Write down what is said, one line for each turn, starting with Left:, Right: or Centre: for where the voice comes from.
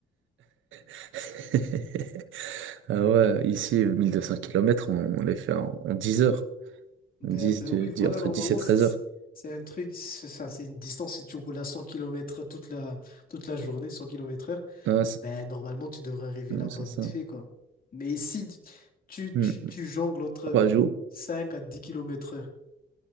Right: <laughs> Ah ouais, ici, 1200 km, on, on les fait en, en 10 heures.
Left: Bah,
Right: dix
Left: bah
Right: de,
Left: oui,
Right: dix-
Left: voilà,
Right: entre
Left: normalement,
Right: 10 et 13
Left: c'est, c'est
Right: heures.
Left: c'est un truc, c'est ça, c'est une distance, si tu roules à 100 kilomètres toute la, toute la journée, 100 kilomètres heure,
Right: Ah, c'est
Left: bah, normalement, tu devrais arriver
Right: non,
Left: là-bas
Right: c'est
Left: vite
Right: ça.
Left: fait, quoi. Mais si tu,
Right: Hmm.
Left: tu, tu jongles entre
Right: Trois jours.
Left: 5 à 10 kilomètres heure,